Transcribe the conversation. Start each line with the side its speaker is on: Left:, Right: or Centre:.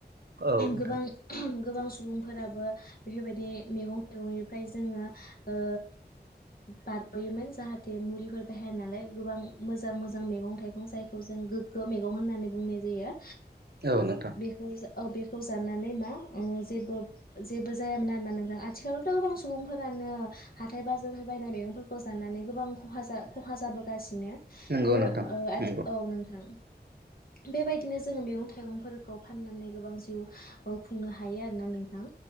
Right: औ नोंथां
Left: गोबां गोबां सुबुंफोराबो बेफोरबायदि मैगं-थाइगंनिफ्राय जोङो ओ बारगयोमोन जाहाथे मुलिफोर बाहाया नालाय गोबां मोजां मोजां मैगं थाइगं जायखौ जों गोग्गो मैगं होननानै बुंनाय जायो।
Right: औ नोंथां
Left: बेखौ जो बेखौ जाननानै मा जेबो जेबो जायामोन आरोना नोंथां आथिखालावथ गोबां सुबुंफोरानो हाथाय बाजारफ्राय बायनाय मैगंफोरखौ जानानै गोबां खहा जा खहा जाबोगासि नो
Right: नंगौ
Left: बेफोर
Right: नोंथां
Left: ओ आथि
Right: नंगौ
Left: औ नोंथां। बेबायदिनो जोङो मैगं थाइगंफोरखौ फाननानै गोबां जिउ खुंनो हायो आरोना नोंथां।